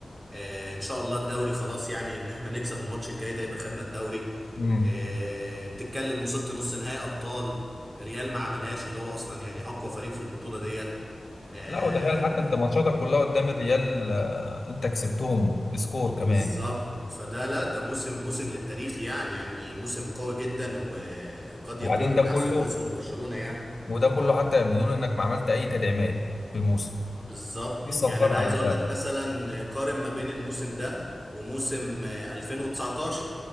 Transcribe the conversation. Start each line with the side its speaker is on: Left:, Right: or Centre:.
Right: آه ان شاء الله الدوري خلاص يعني ان احنا نكسب الماتش الجاي ده يبقى خدنا الدوري
Left: مم.
Right: آه بتتكلم وصلت نص نهائي ابطال ريال ما عملهاش اللي هو اصلا يعني اقوى فريق في البطولة ديت آه،
Left: لا وتخيل حتى انت ماتشاتك كلها قدام الريال آه، انت كسبتهم بسكور كمان
Right: بالظبط فده لا ده موسم موسم للتاريخ يعني يعني موسم قوي جدا وقد
Left: وبعدين
Right: يكون من
Left: ده كله
Right: احسن موسم لبرشلونة يعني
Left: وده كله حتى بدون انك ما عملت اي تدعيمات في الموسم
Right: آه بالظبط
Left: دي الصفقات
Right: يعني انا
Left: اللي
Right: عايز
Left: عملتها
Right: اقول لك مثلا قارن ما بين الموسم ده وموسم آه، 2019